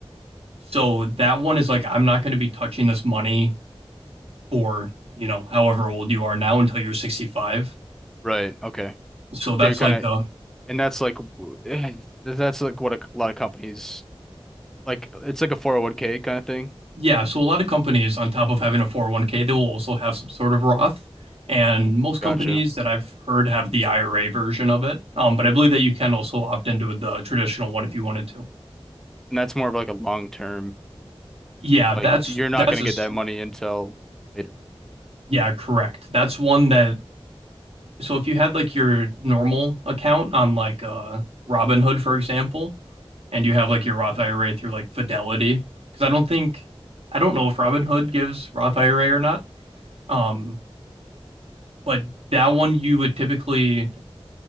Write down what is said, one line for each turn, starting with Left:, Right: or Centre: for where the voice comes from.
Right: So that one is like I'm not going to be touching this money for, you know, however old you are now until you're 65.
Centre: Right. Okay.
Right: So that's
Centre: So you're kind
Right: like
Centre: of,
Right: a
Centre: and that's like, <sighs> w- eh, that's like what a lot of companies, like, it's like a 401k kind of thing.
Right: Yeah, so a lot of companies, on top of having a 401k, they will also have some sort of Roth. And most companies
Centre: Gotcha.
Right: that I've heard have the IRA version of it. Um, but I believe that you can also opt into the traditional one if you wanted to.
Centre: And that's more of like a long term,
Right: Yeah,
Centre: like,
Right: that's
Centre: you're not
Right: that's
Centre: going to
Right: a s-
Centre: get that money until later.
Right: yeah, correct. That's one that so if you had like your normal account on like uh Robinhood, for example, and you have like your Roth IRA through like Fidelity, because I don't think I don't know if Robinhood gives Roth IRA or not. Um, But that one you would typically,